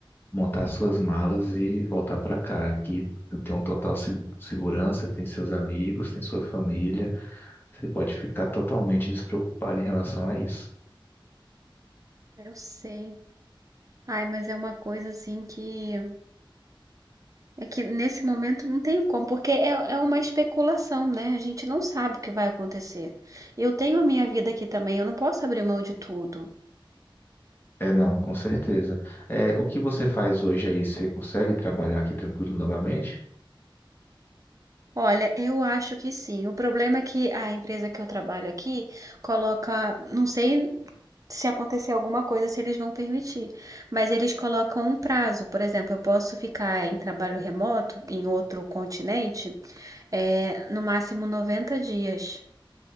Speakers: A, on the left; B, on the right.
A: montar suas malas e voltar para cá. Aqui tem um total se- segurança, tem seus amigos, tem sua família. Você pode ficar totalmente despreocupado em relação a isso.
B: Eu sei. Ai, mas é uma coisa assim que é que nesse momento não tenho como, porque é, é uma especulação, né? A gente não sabe o que vai acontecer. Eu tenho a minha vida aqui também, eu não posso abrir mão de tudo.
A: É, não, com certeza. É, o que você faz hoje aí, você consegue trabalhar aqui tranquilo novamente?
B: Olha, eu acho que sim. O problema é que a empresa que eu trabalho aqui coloca, não sei se acontecer alguma coisa, se eles vão permitir, mas eles colocam um prazo. Por exemplo, eu posso ficar em trabalho remoto em outro continente, é, no máximo 90 dias.